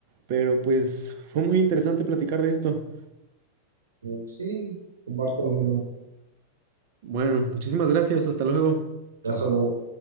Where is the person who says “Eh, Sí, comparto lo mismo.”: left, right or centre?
Right